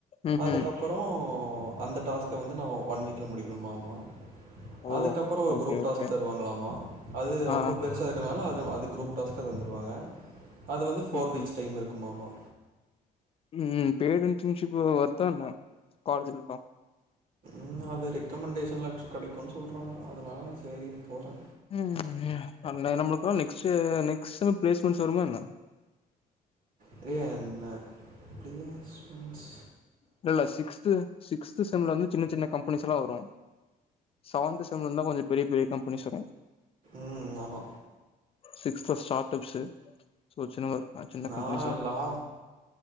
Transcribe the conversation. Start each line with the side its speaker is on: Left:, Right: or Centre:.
Left: ம்
Right: அதுக்கப்பறோ
Left: ம்
Right: அந்த டாஸ்க்க வந்து நா ஒன் வீக்ல முடிக்கணுமாமா
Left: ஓ
Right: அதுக்கப்பறோ ஒரு
Left: ஓகே
Right: குரூப் டாஸ்க்
Left: ஓகே
Right: தருவாங்களாமா அது ரொம்ப
Left: ஆ
Right: பெருசு இருக்கனால அத அது குரூப் டாஸ்க்கா தந்துருவாங்க அது வந்து ஃபோர்
Left: ம்
Right: வீக்ஸ்
Left: ம்
Right: டைம் இருக்குமாமா
Left: ம் பெய்டு இன்டர்ன்ஷிப் வொர்த்தா என்னா காலேஜ்க்கு எல்லா
Right: ம் அது ரெக்கமெண்டேஷன்ல கெடைக்குன் சொல்றாங்க அதனால சேரின்னு போறே
Left: ம் ம் ம் ம் அந்த நமக்குலா next year next cell placements வருமா என்ன
Right: பிரியா என்ன பிலிம்ஸ் பிலிம்ஸ்
Left: இல்ல இல்ல சிக்ஸ்த்து சிக்ஸ்த் சம்ல வந்து சின்ன சின்ன கம்பெனிஸ் எல்லா வரு செவன்த் செம்முல இருந்து தா கொஞ்சோ பெரிய பெரிய கம்பெனிஸ் வரு
Right: ம் ஆமா
Left: சிக்ஸ்த் ஸ்டார்ட் அப்ஸ்சு சின்ன சின்ன
Right: நா
Left: கம்பெனிஸ் வரு
Right: லா